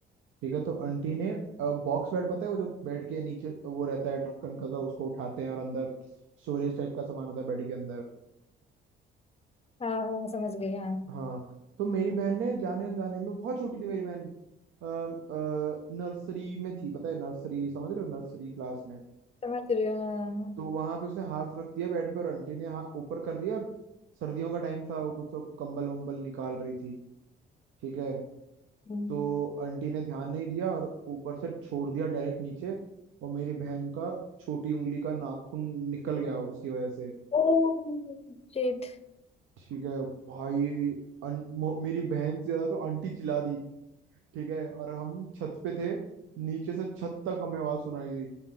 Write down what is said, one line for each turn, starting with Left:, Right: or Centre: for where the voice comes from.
Right: ठीक है तो आंटी ने बॉक्स बेड पता है वो जो बेड के नीचे वो रहता है ढक्कन का सा उसको उठाते हैं और अंदर स्टोरेज टाइप का सामान होता है बेड के अंदर
Left: हाँ हाँ समझ गई हाँ
Right: हाँ तो मेरी बहन ने जाने अनजाने में बहुत छोटी थी मेरी बहन नर्सरी में थी पता है नर्सरी समझ रहे हो नर्सरी क्लास में
Left: समझ रही हूँ हाँ, हाँ,
Right: तो वहां पे उसने हाथ रख दिया बेड पे और आंटी ने हाथ ऊपर कर दिया और सर्दियों का टाइम था वो कुछ तो कंबल वंबल निकाल रही थी ठीक है
Left: हम्म
Right: तो आंटी ने ध्यान नहीं दिया और ऊपर से छोड़ दिया डायरेक्ट नीचे और मेरी बहन का छोटी उंगली का नाखून निकल गया उसकी वजह से
Left: ओह शिट
Right: ठीक है भाई अन, मो- मेरी बहन से ज्यादा तो आंटी चिल्ला दी ठीक है और हम छत पे थे नीचे से छत तक हमें आवाज सुनाई दी